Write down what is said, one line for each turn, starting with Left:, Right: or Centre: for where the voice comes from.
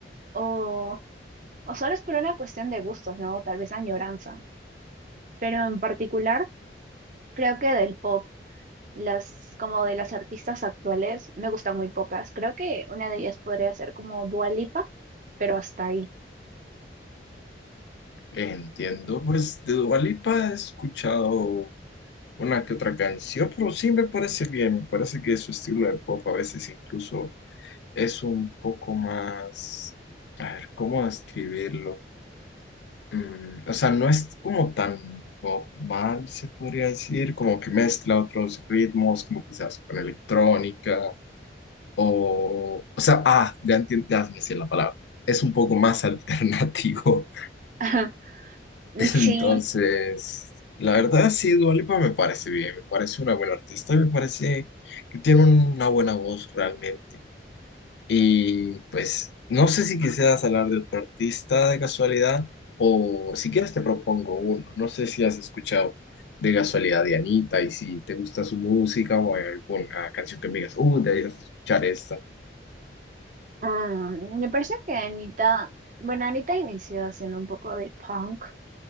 Right: o, o solo es por una cuestión de gustos, ¿no? Tal vez añoranza. pero en particular creo que del pop, las como de las artistas actuales, me gustan muy pocas. Creo que una de ellas podría ser como Dua Lipa, pero hasta ahí.
Left: Entiendo, pues de Dua Lipa he escuchado una que otra canción, pero sí me parece bien. Me parece que su estilo de pop a veces incluso es un poco más. A ver, ¿cómo describirlo? mm, o sea, no es como tan normal, se podría decir, como que mezcla otros ritmos, como quizás con electrónica, o, o sea, ah, ya entiendo, ya me sé la palabra, es un poco más <laughs> alternativo.
Right: <laughs> Sí,
Left: Entonces, la verdad, sí, Dua Lipa me parece bien, me parece una buena artista, y me parece que tiene una buena voz realmente. Y pues no sé si quisieras hablar de otro artista de casualidad o si quieres te propongo uno. No sé si has escuchado de casualidad de Anita y si te gusta su música o hay alguna canción que me digas, uh, deberías escuchar esta.
Right: mm, me parece que Anita, bueno, Anita inició haciendo un poco de punk,